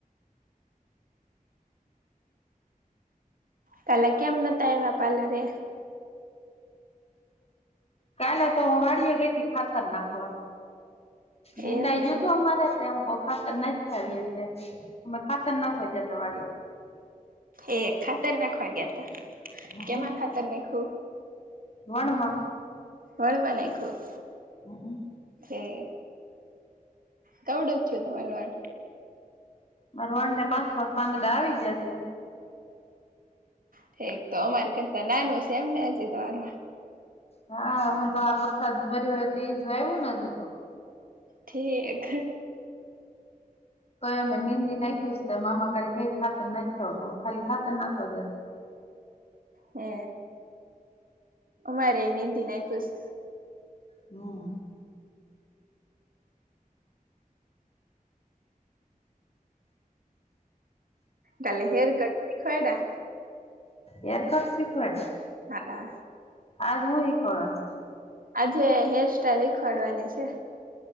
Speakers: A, on the right; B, on the left.
A: કાલે કેમ નહોતા આવ્યા પાલરે
B: કાલે તો હું વાડીે ગઈ તી ખાતર નાખવા નિંદાઈ
A: એવું
B: જીયુંતું
A: છે
B: અમારે તે હું કુ ખાતર નાખિ આઇએ છીએ અમે ખાતર નાખવા જીયાતા વાડીએ.
A: એ ખાતર નાખવા ગયા તા
B: હમમ
A: કેમાં ખાતર નાખયુ.
B: વણમાં,
A: વણ મા નાખ્યું.
B: હમમ,
A: ઠીક કવડું જ છું તમારું વાળ,
B: મારા વણ ને પાસ પાચ પાંદડા આવી ગયા છે.
A: ઠીક તો અમાર કરતા નાનું છે એમને હજી તમાર,
B: હા અમે તો આ વરસાદ પર્યોય તે જ વાવું ને હજી તો,
A: ઠીક,
B: તોય અમે નિંદી નાયખૂશતા મામા ખાલી કે ખાતર નાખાવું તમે ખાલી ખાતર નાખવા ગયા તા.
A: હે અમારે નિંદી નાયખૂ શ,
B: હમ,
A: કાલે હેર કટ શીખવાયડા.
B: હેર કટ શીખવાય,
A: હા,
B: આજ હું શિખવાડસ.
A: આજે હેર સ્ટાઈઇલ શીખવાડવાની છે.